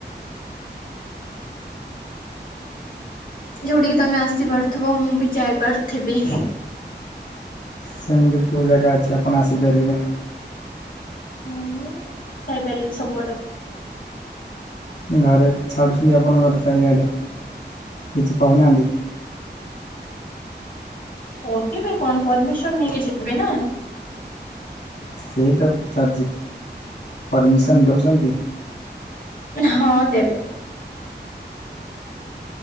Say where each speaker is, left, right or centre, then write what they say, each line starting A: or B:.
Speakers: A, on the left (about 50°); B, on the left (about 70°).
A: ଯୋଉଠିକି ତମେ ଆସି ପାରୁଥିବ ମୁଁ ବି ଯାଇପାରୁଥିବି।
B: ସେମିତି କୋଉ ଜାଗା ଅଛି ଆପଣ ଆସିପାରିବେ?
A: ଉଁ ହୁ ଯାଇପାରିବି ସବୁଆଡକୁ।
B: ଘରେ ଛାଡ଼ୁଛନ୍ତି ଆପଣଙ୍କ ଘର ଚାରିଆଡ଼େ କିଛି କହୁନାହାନ୍ତି?
A: କହିବେ କଣ ପରମିସନ୍‌ ନେଇକି ଯିବି ନା?
B: ସେଇ ତ ପଚାରୁଚି ପରମିସନ୍ ଦଉଛନ୍ତି।
A: ହଁ ଦେବେ।